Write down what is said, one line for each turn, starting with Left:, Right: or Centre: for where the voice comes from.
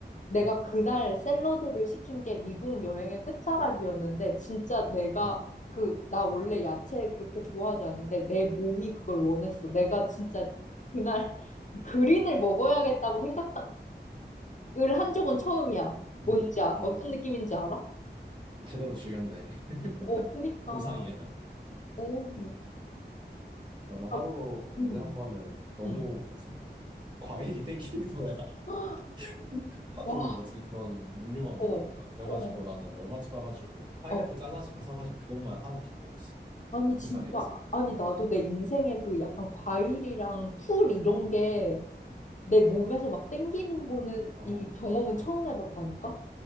Left: 내가
Right: 음,
Left: 그날 샐러드를 시킨 게 미국 여행의 끝자락이었는데 진짜 내가
Right: 음.
Left: 그 나 원래 야채 그렇게 좋아하지 않는데 내 몸이 그걸 원했어 내가 진짜 그날 <laughs> 그린을 먹어야겠다고 생각을 한 적은 처음이야 뭔지
Right: 음.
Left: 아,
Right: 아,
Left: 어떤 느낌인지 알아?
Right: 제대로 즐겼네. <laughs>
Left: 어, 그니까,
Right: 동상이야.
Left: 어,
Right: 나는 하루가
Left: 아,
Right: 언제
Left: 음,
Right: 한 번은 너무
Left: 음.
Right: 뭐지? 과일이 땡기는 거야.
Left: 헉,
Right: <laughs> 하도
Left: 와,
Right: 뭐지 그런 육류만 먹으니까.
Left: 어,
Right: 그래가지고
Left: 어,
Right: 나는 월마트 가가지고 파인애플
Left: 어.
Right: 잘라진 거 사가지고 그것만 하나 다 먹었어.
Left: 아니, 진짜,
Right: 그 자리에서.
Left: 아니, 나도 내 인생에 그 약간 과일이랑 풀 이런 게 내 몸에서 막 땡기는 거는
Right: 어,
Left: 이 경험은 처음 해봤다니까?